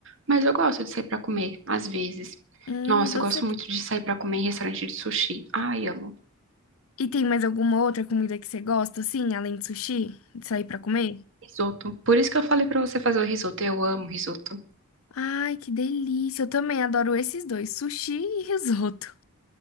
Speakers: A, on the right; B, on the left.
A: Mas eu gosto de sair pra comer, às vezes.
B: Hum,
A: Nossa,
B: você
A: eu gosto muito de sair pra comer em restaurante de sushi. Ai, amo.
B: E tem mais alguma outra comida que você gosta assim, além de sushi, de sair pra comer?
A: Risoto. Por isso que eu falei pra você fazer o risoto. Eu amo risoto.
B: Ai, que delícia. Eu também adoro esses dois, sushi e risoto.